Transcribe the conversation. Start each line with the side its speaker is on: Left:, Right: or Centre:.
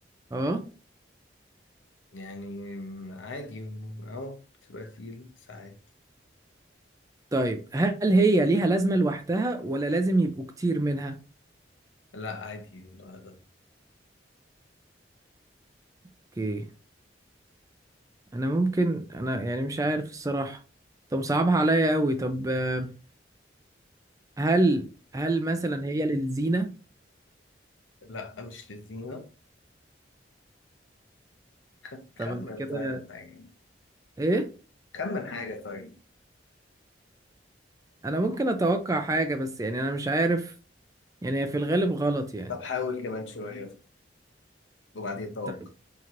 Right: اه
Left: يعني م- عادي م- اه بتبقى تقيلة ساعات
Right: طيب هل هي ليها لازمة لوحدها ولا لازم يبقوا كتير منها؟
Left: لا عادي لوحدها
Right: اوكي انا ممكن انا يعني مش عارف الصراحة طب صعبها عليا قوي طب آه، هل هل مثلا هي للزينة؟
Left: لا مش لذينة خ- خمن
Right: طب أنا كده
Left: طيب حاجة
Right: ايه؟
Left: خمن حاجة طيب
Right: انا ممكن اتوقع حاجة بس يعني انا مش عارف يعني هي في الغالب غلط يعني
Left: طب حاول كمان شوية وبعدين توقع
Right: طيب